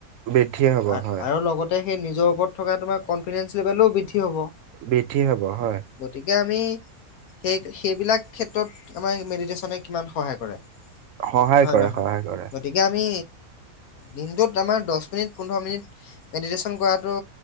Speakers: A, on the right; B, on the left.
A: বৃদ্ধি হ'ব
B: আৰ
A: হয়
B: আৰু লগতে সেই নিজৰ ওপৰত থকা তোমাৰ কনফিডেন্ঞ্চ লেভেলও বৃদ্ধি হ'ব
A: বেঠি হব হয়
B: গতিকে আমি সেই সেইবিলাক ক্ষেত্ৰত আমাৰ মেডিতেশনে কিমান সহায় কৰে
A: সহায়
B: হয়
A: কৰে
B: নহয়
A: সহায় কৰে
B: গতিকে আমি দিনটোত আমাৰ দছ মিনিট পোন্ধৰ মিনিট মেডিটেশ্যন কৰাটো